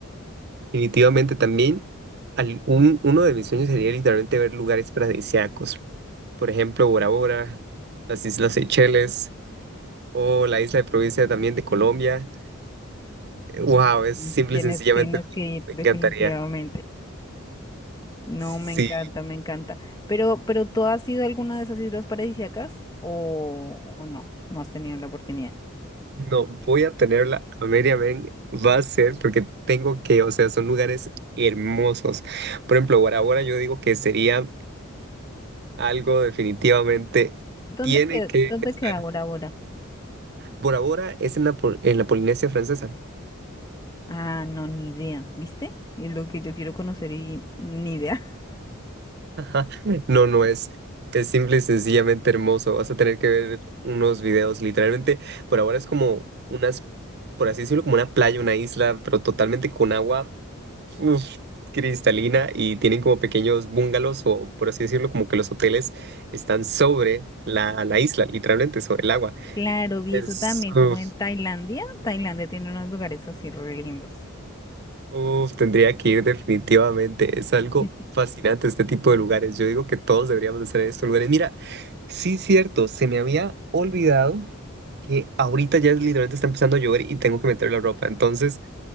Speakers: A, on the right; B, on the left.
A: Definitivamente también al- un- uno de mis sueños sería literalmente ver lugares paradisíacos, por ejemplo Bora Bora, las Islas Seychelles o la isla de Provincia también de Colombia. Wow, es
B: Y
A: simple
B: tienes,
A: y sencillamente
B: tienes que ir
A: me
B: definitivamente.
A: encantaría.
B: No,
A: sí
B: me encanta, me encanta. Pero, pero ¿tú has ido a alguna de esas islas paradisíacas o, o no? No has tenido la oportunidad.
A: no voy a tenerla, a media ven, va a ser porque tengo que, o sea, son lugares hermosos. Por ejemplo, Bora Bora yo digo que sería algo definitivamente
B: ¿Dónde
A: tiene
B: queda,
A: que
B: dónde
A: estar.
B: queda Bora Bora?
A: Bora Bora es en la, Pol- en la Polinesia Francesa.
B: Ah, no, ni idea, ¿viste? Es lo que yo quiero conocer y ni idea. <laughs>
A: <laughs> No, no es. Es simple y sencillamente hermoso. Vas a tener que ver unos videos. Literalmente, por ahora es como unas, por así decirlo, como una playa, una isla, pero totalmente con agua uf, cristalina y tienen como pequeños bungalows o, por así decirlo, como que los hoteles están sobre la, la isla, literalmente sobre el agua.
B: Claro, vi
A: Es,
B: eso también, como
A: uf,
B: en Tailandia. Tailandia tiene unos lugares así re lindos.
A: Uf, tendría que ir definitivamente. Es algo
B: <laughs>
A: fascinante este tipo de lugares. Yo digo que todos deberíamos de estar en estos lugares. Mira, sí, cierto, se me había olvidado que ahorita ya literalmente está empezando a llover y tengo que meter la ropa. Entonces,